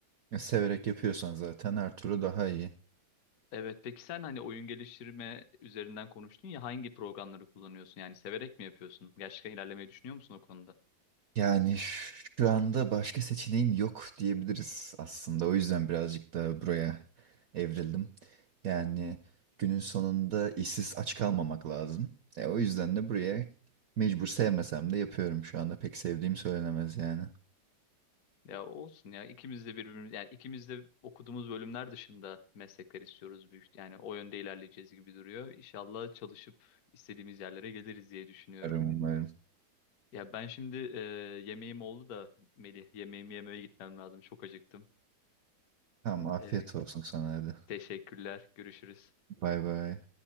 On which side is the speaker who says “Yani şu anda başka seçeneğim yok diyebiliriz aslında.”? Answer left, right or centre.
Right